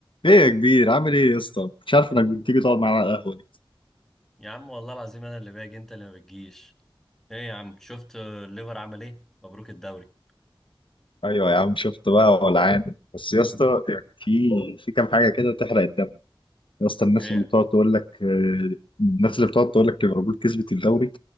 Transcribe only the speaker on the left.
ايه يا كبير عامل ايه يا اسطى مش عارف انك بتيجي تقعد معانا على القهوه دي
ايوه يا عم شفت بقى ولعان بس يا اسطى يعني في في كام حاجه كده تحرق الدم يا اسطى الناس
اللي بتقعد تقول لك آه، الناس اللي بتقعد تقول لك ليفربول كسبت الدوري